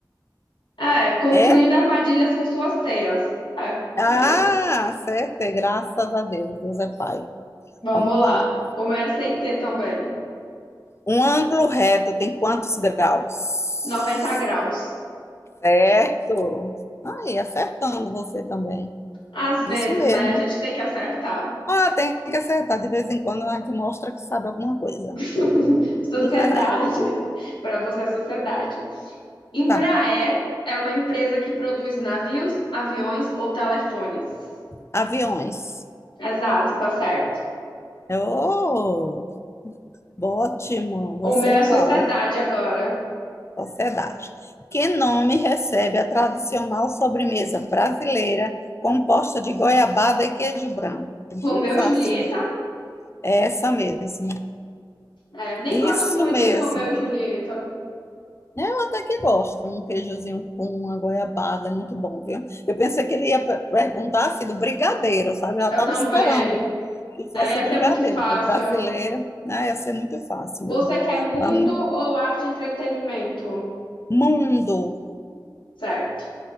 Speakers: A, on the left; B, on the left.
A: é, construindo
B: É?
A: armadilhas com suas teias. É,
B: Ah,
A: é isso.
B: certo, é, graças a Deus, Deus é Pai.
A: Vamos
B: Vamos
A: lá.
B: lá.
A: O meu SIT também.
B: Um ângulo reto tem quantos graus?
A: noventa graus.
B: Certo. Aí, acertando você também.
A: Às vezes,
B: Isso mesmo.
A: né? A gente tem que acertar.
B: Ah, tem que acertar. De vez em quando a gente mostra que sabe alguma coisa.
A: <laughs> Sociedade.
B: <laughs>
A: Para você, é sociedade. Embraer
B: Tá.
A: é uma empresa que produz navios, aviões ou telefones.
B: Aviões.
A: Exato, tá certo.
B: Oh, ótimo. Você
A: O meu
B: é
A: é sociedade
B: qual?
A: agora.
B: Sociedade. Que nome recebe a tradicional sobremesa brasileira composta de goiabada e queijo branco? Hum,
A: Romeu
B: fácil.
A: e Julieta.
B: É essa mesmo.
A: É, nem
B: Isso
A: gosto muito
B: mesmo.
A: de Romeu e Julieta.
B: né? Eu até que gosto, um queijozinho com uma goiabada, é muito bom, viu? Eu pensei que ele ia per- perguntar assim, do brigadeiro, sabe? Eu já
A: Eu
B: estava
A: também.
B: esperando que
A: É,
B: fosse
A: essa
B: brigadeiro,
A: é muito fácil.
B: porque o brasileiro, né, ia ser muito fácil
A: Você
B: mesmo.
A: quer mundo
B: Vamos,
A: ou arte e entretenimento?
B: mundo,
A: Certo.